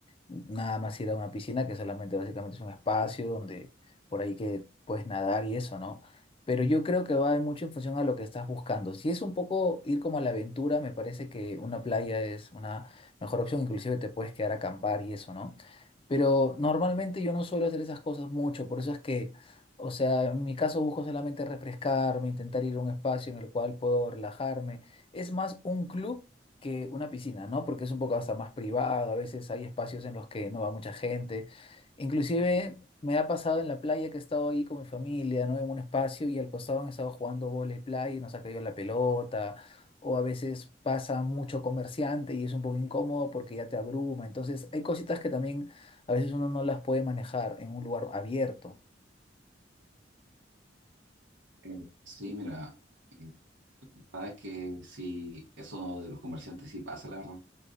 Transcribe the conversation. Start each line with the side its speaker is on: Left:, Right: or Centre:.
Left: nada más ir a una piscina que solamente básicamente es un espacio donde por ahí que puedes nadar y eso, ¿no? Pero yo creo que va mucho en función a lo que estás buscando. Si es un poco ir como a la aventura, me parece que una playa es una mejor opción, inclusive te puedes quedar a acampar y eso, ¿no? Pero normalmente yo no suelo hacer esas cosas mucho, por eso es que, o sea, en mi caso busco solamente refrescarme, intentar ir a un espacio en el cual puedo relajarme. Es más un club que una piscina, ¿no? Porque es un poco hasta más privado, a veces hay espacios en los que no va mucha gente. Inclusive me ha pasado en la playa que he estado ahí con mi familia, ¿no? En un espacio y al costado han estado jugando vóley playa y nos ha caído la pelota. O a veces pasa mucho comerciante y es un poco incómodo porque ya te abruma. Entonces hay cositas que también a veces uno no las puede manejar en un lugar abierto.
Right: Eh, Sí, mira, eh, sabes que sí, eso de los comerciantes sí pasa, la verdad.